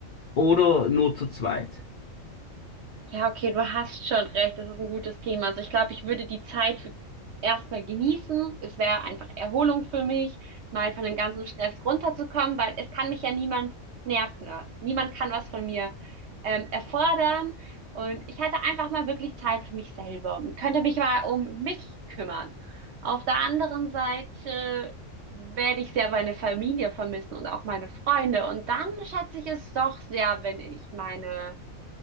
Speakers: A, on the left; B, on the right.
A: oder nur zu zweit?
B: Ja, okay, du hast schon recht. Das ist ein gutes Thema. Also ich glaube, ich würde die Zeit für erstmal genießen. Es wäre einfach Erholung für mich, mal von dem ganzen Stress runterzukommen, weil es kann mich ja niemand nerven. ne? Niemand kann was von mir ähm, erfordern. Und ich hatte einfach mal wirklich Zeit für mich selber und könnte mich mal um mich kümmern. Auf der anderen Seite werde ich sehr meine Familie vermissen und auch meine Freunde. Und dann schätze ich es doch sehr, wenn ich meine